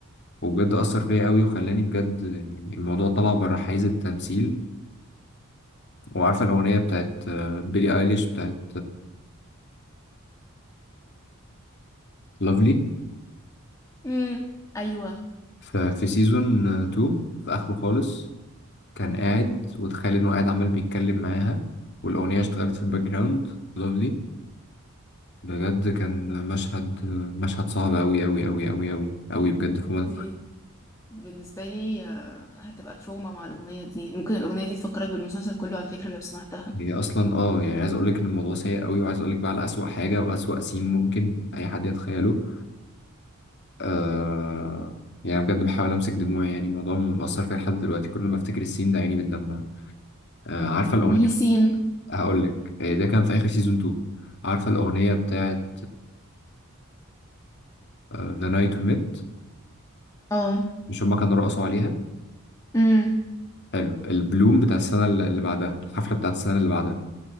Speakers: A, on the left (about 55°); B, on the left (about 15°).
A: وبجد أثر فيا قوي وخلاني بجد يعني الموضوع طلع بره حيز التمثيل وعارفة الأغنية بتاعت آه، بيلي أيليش بتاعت لافلي
B: امم ايوه
A: ففي سيزون 2 في آخره خالص كان قاعد وتخيل إنه قاعد عمال بيتكلم معاها والأغنية اشتغلت في الباك جراوند لافلي بجد كان مشهد مشهد صعب أوي أوي أوي أوي أوي أوي بجد فوق ما
B: دي بالنسبة لي آه، هتبقى تروما مع الأغنية دي ممكن الأغنية دي تفكرك بالمسلسل كله على فكرة لو سمعتها
A: هي اصلا اه يعني عايز اقول لك ان الموضوع سيء قوي وعايز اقول لك بقى على اسوأ حاجه واسوأ سين ممكن اي حد يتخيله آه يعني بجد بحاول امسك دموعي يعني الموضوع مأثر فيا لحد دلوقتي كل ما افتكر السين ده عيني بتدمع آه عارفه الاغنيه
B: إن هي سين
A: هقول لك آه، ده كان في اخر سيزون 2 عارفه الاغنيه بتاعت ذا نايت وي ميت
B: اه
A: مش هما كانوا رقصوا عليها
B: امم
A: حلو البلوم بتاع السنه الل- اللي بعدها الحفله بتاعت السنه اللي بعدها